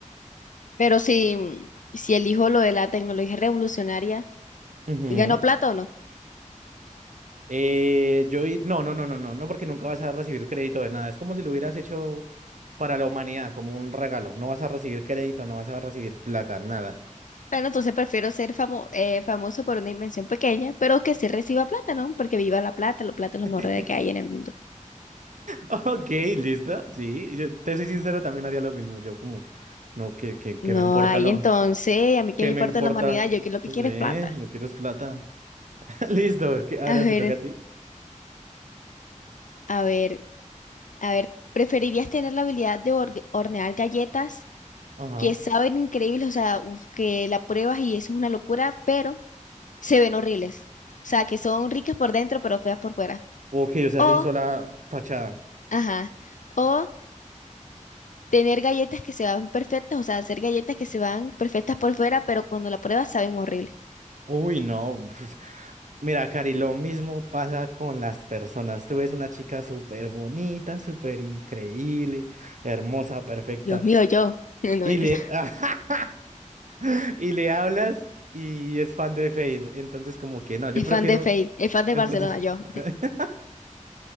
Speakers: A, on the left; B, on the right.
A: Pero si, si elijo lo de la tecnología revolucionaria,
B: Ujú.
A: ¿ganó plata o no?
B: Eh, yo di- no, no, no, no, no, no, porque nunca vas a recibir crédito de nada. Es como si lo hubieras hecho para la humanidad, como un regalo. No vas a recibir crédito, no vas a recibir plata, nada.
A: Bueno, entonces prefiero ser famo- eh, famoso por una invención pequeña, pero que sí reciba plata, ¿no? Porque viva la plata, la plata
B: <laughs>
A: es lo mejor de que hay en el mundo.
B: Ok, listo. Sí, yo te soy sincero, también haría lo mismo. Yo como, que, no, que, que,
A: No
B: que me importa
A: hay,
B: lo,
A: entonces, a mí que
B: que
A: me importa
B: me importa.
A: la humanidad, yo que lo que
B: Sí,
A: quiero es plata.
B: yo quiero es plata. <laughs> Listo, que ahora
A: A ver,
B: te toca a ti.
A: a ver, a ver, ¿preferirías tener la habilidad de orgue- hornear galletas
B: Ajá.
A: que saben increíbles, o sea, uf, que la pruebas y eso es una locura, pero se ven horribles. O sea, que son ricas por dentro, pero feas por fuera.
B: Ok, o sea,
A: O,
B: son sola fachada.
A: ajá, o tener galletas que se van perfectas, o sea, hacer galletas que se van perfectas por fuera, pero cuando la pruebas saben horrible.
B: Uy, no. <laughs> Mira, Cari, lo mismo pasa con las personas. Tú ves una chica súper bonita, súper increíble, hermosa, perfecta,
A: Dios mío, yo. <laughs> No,
B: y
A: mentira.
B: le, <laughs> y le hablas y es fan de Fade. Entonces, como que no, yo
A: Es
B: prefiero.
A: fan de Fate, es fan de
B: Entonces,
A: Barcelona, yo.
B: <laughs>